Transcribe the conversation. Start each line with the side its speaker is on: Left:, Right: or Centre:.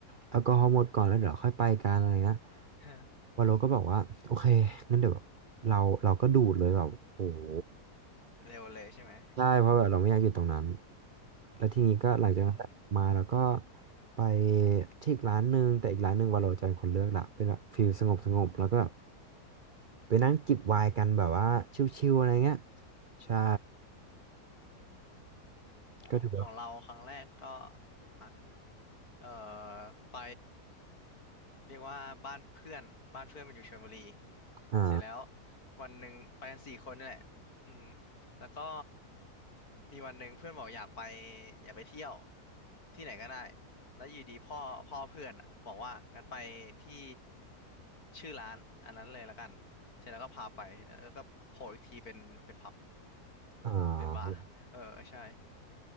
Right: แอลกอฮอล์หมดก่อนแล้วเดี๋ยวเราค่อยไปกันอะไรเงี้ย
Left: <laughs>
Right: วาโลก็บอกว่าโอเคงั้นเดี๋ยวแบบเราเราก็ดูดเลยแบบโอ้โห
Left: เร็วเลยใช่ไหม
Right: ใช่เพราะแบบเราไม่อยากอยู่ตรงนั้นแล้วทีนี้ก็หลังจากนั้นมาแล้วก็
Left: อืม
Right: ไปที่อีกร้านหนึ่งแต่อีกร้านหนึ่งวาโลจะเป็นคนเลือกละเป็นแบบฟิลสงบสงบแล้วก็แบบไปนั่งจิบไวน์กันแบบว่าชิลๆอะไรเงี้ยใช่
Left: อืม อ๋อของเราครั้งแรกก็
Right: ก็ถือว่า
Left: อ่ะเอ่อไปเรียกว่าบ้านเพื่อนบ้านเพื่อนมันอยู่ชลบุรี
Right: อ่า
Left: เสร็จแล้ววันหนึ่งไปกันสี่คนนี่แหละอืมแล้วก็มีวันหนึ่งเพื่อนบอกอยากไปอยากไปเที่ยวที่ไหนก็ได้แล้วอยู่ดีพ่อพ่อเพื่อนอะบอกว่างั้นไปที่ชื่อร้านอันนั้นเลยละกันเสร็จแล้วก็พาไปแล้วก็โผล่อีกทีเป็นเป็นผับ
Right: อ่า
Left: เป็นบาร์เออใช่